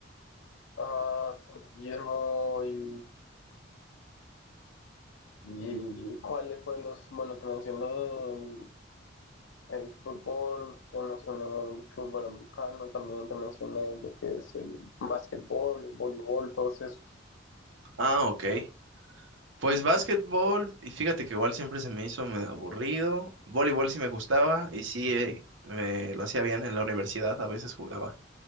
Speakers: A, on the left; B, on the right.
A: Ah, sí, Guillermo, y, y cuáles fueron los, bueno, te mencioné el, el fútbol, te mencioné el fútbol americano, también te mencioné lo que es el básquetbol, el voleibol, todos esos.
B: Ah, ok. Pues básquetbol, y fíjate que igual siempre se me hizo medio aburrido. Voleibol sí me gustaba y sí eh, me lo hacía bien en la universidad, a veces jugaba.